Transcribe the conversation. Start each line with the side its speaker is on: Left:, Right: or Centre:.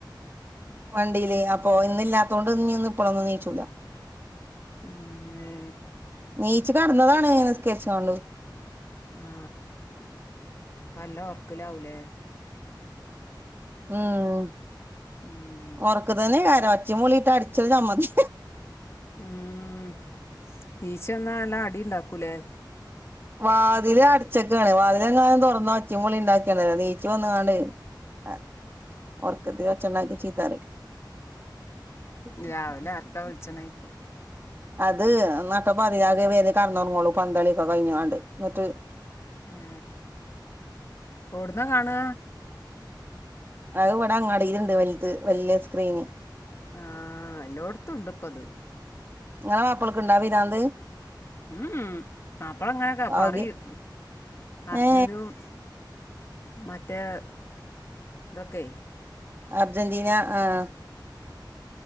Right: വണ്ടിയില് അപ്പൊ ഇന്നില്ലാത്തൊണ്ട് ഞ്ഞ് ന്ന് ഇപ്പളൊന്നും നീച്ചൂല
Left: പിന്നെ
Right: നീച്ച് കടന്നതാണ് നിസ്കരിച്ച് കാണ്ട്
Left: ആ ഇപ്പ നല്ല ഒർക്കിലാവൂലേ
Right: ഉം
Left: ഉം
Right: ഉറക്ക് തന്നെക്കാരം ഒച്ചിംയും ബുളിയിട്ടാൽ അടിച്ച് ചമ്മന്തി
Left: ഉം നീച്ചന്നാ നല്ല അടിണ്ടാക്കൂലേ
Right: വാതില് അടച്ചക്കാണ് വാതിലെങ്ങാനും തുറന്ന് ഒച്ചും ബിളിം ണ്ടാക്കിയണ്ടല്ലോ നീച്ച്‌ വന്ന്ക്കാണ്ട് ആ ഓർക്കത്ത് ഒച്ചണ്ടാക്കിയാ ചീത്തറിം <unintelligible>
Left: രാവിലെ ആർക്കാ വിളിച്ചണേക്കും
Right: അത് നട്ട പതിരാക്ക് വെര കടന്നൊറങ്ങൊള്ളു പന്തളിക്കെ കഴിഞ്ഞ്ക്കാണ്ട് ന്നിട്ട്
Left: ഏ ഓടുന്നകാണാ
Right: അത് ഇവിടെ അങ്ങാടീല്ണ്ട് വല്ത് വല്യ സ്ക്രീന്
Left: ആഹ് എല്ലോട്ത്തുണ്ട് പ്പ ത്
Right: ങ്ങളെ മാപ്പളക്ക്ണ്ടാ ആ പിരാന്ത്
Left: ഉം ഉം മാപ്പളഇങ്ങനൊകെപറിം
Right: ആകെ
Left: അർജുനും
Right: ഏ
Left: മറ്റേ ഹ് തൊക്കെ
Right: അർജന്റീ ന ആഹ്